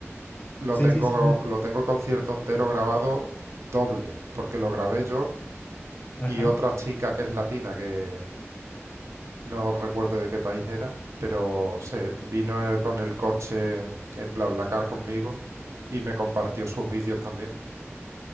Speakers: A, on the right (about 80°); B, on the left (about 35°).
A: lo
B: Sí,
A: tengo,
B: sí, sí.
A: lo tengo el concierto entero grabado doble, porque lo grabé yo
B: Ajá.
A: y otra chica que es latina, que no recuerdo de qué país era, pero se vino en el- con el coche en BlaBlaCar conmigo y me compartió sus vídeos también.